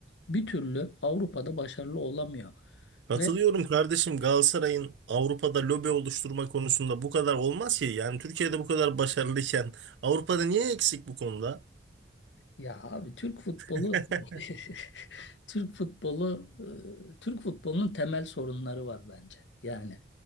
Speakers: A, on the left; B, on the right.
A: bir türlü Avrupa'da başarılı olamıyor.
B: Katılıyorum
A: ve
B: kardeşim Galatasaray'ın Avrupa'da lobi oluşturma konusunda bu kadar olmaz ki. Yani Türkiye'de bu kadar başarılıyken Avrupa'da niye eksik bu konuda?
A: Ya abi Türk futbolu
B: <laughs>
A: <laughs> Türk futbolu e, Türk futbolunun temel sorunları var bence. Yani